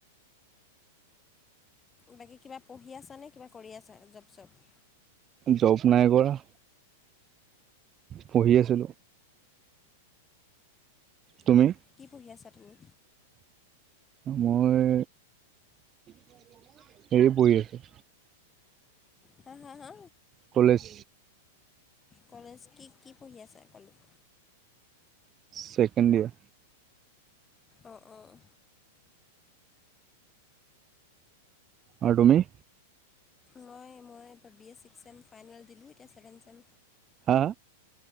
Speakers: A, on the left; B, on the right.
A: বাকী কিবা পঢ়ি আছা নে, কিবা কৰি আছা জব চব।
B: জব নাই কৰা। পঢ়ি আছো। তুমি?
A: কি পঢ়ি আছা তুমি?
B: মই হেৰি পঢ়ি আছোঁ
A: হা হা হা?
B: কলেজ।
A: কলেজ কি কি পঢ়ি আছা কলেজ?
B: Second year.
A: অ', অ', অ'।
B: আৰু তুমি?
A: মই মই B A six sem final দিলোঁ এতিয়া ছেভেন চেম।
B: হা?